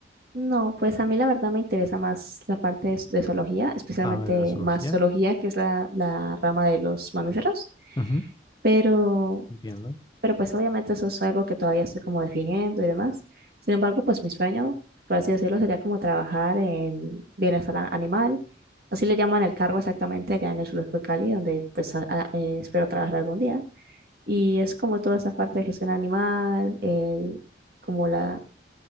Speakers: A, on the right (about 55°); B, on the left (about 20°).
A: No, pues a mí la verdad me interesa más la parte de, de zoología, especialmente
B: ah, la zoología.
A: más zoología, que es la, la rama de los mamíferos.
B: Ujú,
A: Pero
B: entiendo.
A: pero pues obviamente eso es algo que todavía estoy como definiendo y demás. Sin embargo, pues mi sueño, por así decirlo, sería como trabajar en bienestar a- animal. Así le llaman el cargo exactamente allá en el Zoológico de Cali, donde pues a- a- eh, espero trabajar algún día. Y es como toda esa parte de gestión animal, el- como la,